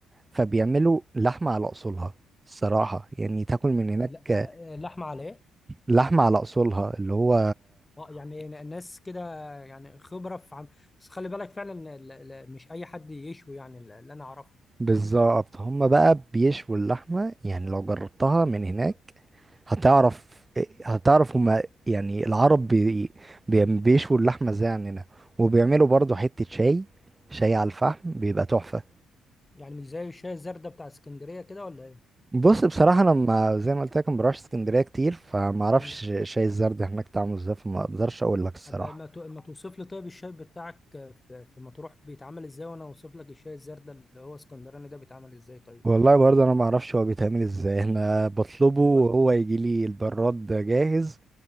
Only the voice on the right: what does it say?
فبيعملوا لحمه على اصولها الصراحه يعني تاكل من هناك
آه،
لحمه على اصولها اللي هو
بالظبط هم بقى بيشووا اللحمه يعني لو جربتها من هناك هتعرف هتعرف هما يعني العرب بي... بي... بيشووا اللحمة ازاي عننا وبيعملوا برضو حتة شاي شاي على الفحم بيبقى تحفة
بص بصراحة
أنا ما زي ما قلت لك ما بروحش اسكندرية كتير فما أعرفش
شاي الزرد هناك طعمه ازاي فما أقدرش أقول لك الصراحة
والله برضه أنا ما أعرفش هو بيتعمل ازاي أنا بطلبه وهو
يجي لي البراد جاهز